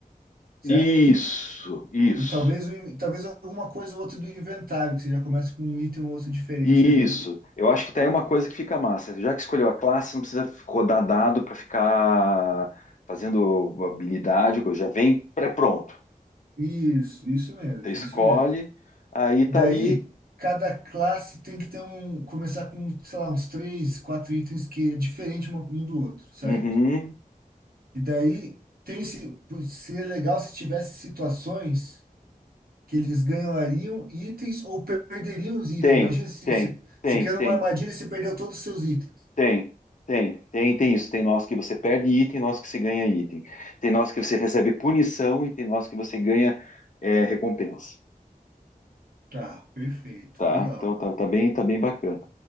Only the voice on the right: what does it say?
certo?
E talvez, o in- talvez alguma coisa ou outra do inventário, que você já começa com um item ou outro diferente
ali.
Isso, isso mesmo,
isso mesmo.
Daí,
cada classe tem que ter um, começar com, sei lá, uns três, quatro itens que é diferente uma- um do outro, certo?
E daí, tem se, seria legal se tivesse situações que eles ganhariam itens ou per- perderiam os itens.
Imagina assim,
você,
se quer
uma armadilha e você perdeu todos os seus itens.
Tá, perfeito,
legal.